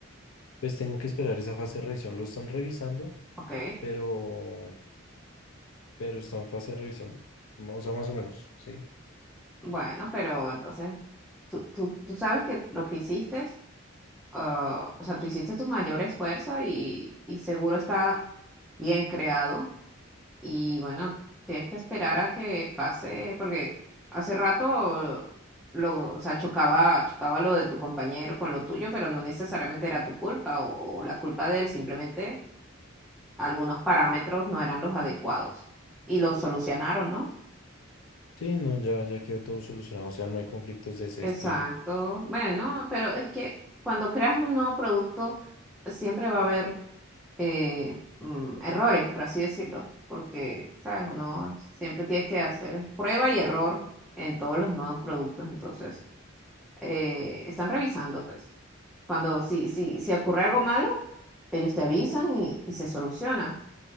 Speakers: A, on the left; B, in the centre.
A: pues tengo que esperar esa fase de revisión. Lo están revisando.
B: Ok,
A: pero, pero está en fase de revisión, o sea, más o menos, ¿sí?
B: bueno, pero entonces tú, tú, tú sabes que lo que hiciste, ah, o sea, tú hiciste tu mayor esfuerzo y, y seguro está bien creado Y bueno, tienes que esperar a que pase, porque hace rato lo, o sea, chocaba, chocaba lo de tu compañero con lo tuyo, pero no necesariamente era tu culpa o, o la culpa de él, simplemente algunos parámetros no eran los adecuados y lo solucionaron, ¿no?
A: Sí, no, ya, ya quedó todo solucionado, o sea, no hay conflictos de ese
B: Exacto.
A: estilo.
B: Bueno, pero es que cuando creas un nuevo producto, siempre va a haber eh, mm, errores, por así decirlo, porque, ¿sabes? Uno siempre tiene que hacer prueba y error en todos los nuevos productos, entonces eh, están revisando, pues. Cuando si, si, si ocurre algo malo, ellos te avisan y, y se soluciona,